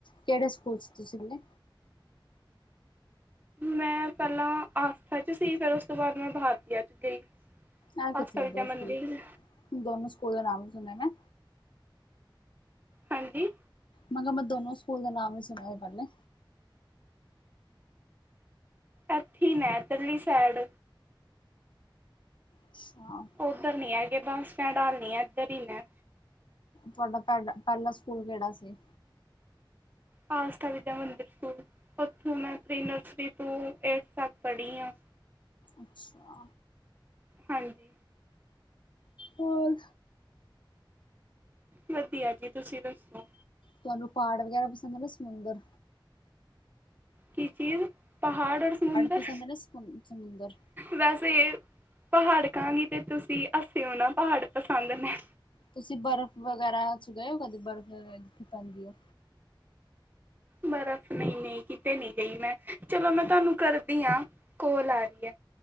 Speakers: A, on the left; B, on the right.
A: ਕਿਹੜੇ ਸਕੂਲ ਚ ਸੀ ਤੁਸੀਂ ਪਹਿਲੇ?
B: ਮੈਂ ਪਹਿਲਾਂ ਆਸਥਾ ਚ ਸੀ, ਫੇਰ ਉਸ ਤੋਂ ਬਾਅਦ ਮੈਂ ਬਾਰਤੀਆ ਚ ਗਈ।
A: ਆ ਕਿੱਥੇ
B: ਆਸਥਾ ਵਿਦਿਆ
A: ਆ ਦੋ
B: ਮੰਦਿਰ
A: ਸਕੂਲ, ਦੋਨੋ ਸਕੂਲ ਦਾ ਨਾਮ ਨੀ ਸੁਣਿਆ ਨਾ?
B: ਹਾਂਜੀ।
A: ਮੈਂ ਕਿਹਾ ਮੈਂ ਦੋਨੋ ਸਕੂਲ ਦਾ ਨਾਮ ਨੀ ਸੁਣਿਆ ਸੀ ਪਹਿਲਾਂ?
B: ਐਥੀ ਨੈ ਪਰਲੀ ਸਾਈਡ।
A: ਅੱਛਾ‌‍‌।
B: ਉੱਧਰ ਨੀ ਹੈਗੇ ਬੱਸ ਸਟੈਂਡ ਹੱਲ ਨੀ ਹੈ ਇੱਧਰ ਹੀ ਨੇ।
A: ਤੁਹਾਡਾ ਪਹਿ ਪਹਿਲਾ ਸਕੂਲ ਕਿਹੜਾ ਸੀ?
B: ਆਸਥਾ ਵਿਦਿਆ ਮੰਦਿਰ ਸਕੂਲ, ਉੱਥੋਂ ਮੈਂ ਪ੍ਰੀ ਨਰਸਰੀ ਤੋਂ ਏਰਥ ਤੱਕ ਪੜੀ ਆ।
A: ਅੱਛਾ।
B: ਹਾਂਜੀ।
A: ਹੋਰ?
B: ਵਧੀਆ ਜੀ ਤੁਸੀਂ ਦੱਸੋ?
A: ਤੁਹਾਨੂੰ ਪਹਾੜ ਵਗੈਰਾ ਪਸੰਦ ਨੇ ਸਮੁੰਦਰ?
B: ਕੀ ਚੀਜ਼ ਪਹਾੜ ਔਰ ਸਮੁੰਦਰ?
A: ਪਸੰਦ ਨੇ ਸਮੁ ਸਮੁੰਦਰ?
B: ਵੈਸੇ ਪਹਾੜ ਕਾਂਗੀ ਤੇ ਤੁਸੀਂ ਹਸਿਓ ਨਾ, ਪਹਾੜ ਪਸੰਦ ਨੇ
A: ਤੁਸੀਂ ਬਰਫ਼ ਵਗੈਰਾ ਚ ਗਏ ਹੋ ਕਦੀ? ਬਰਫ਼ ਜਿੱਥੇ ਪੈਂਦੀ ਹੈ।
B: ਬਰਫ਼ ਨਹੀਂ-ਨਹੀਂ ਕਿਤੇ ਨਹੀਂ ਗਈ ਮੈਂ, ਚਲੋ ਮੈਂ ਤੁਹਾਨੂੰ ਕਰਦੀ ਹਾਂ। ਕੋਲ ਆ ਰਹੀ ਹੈ।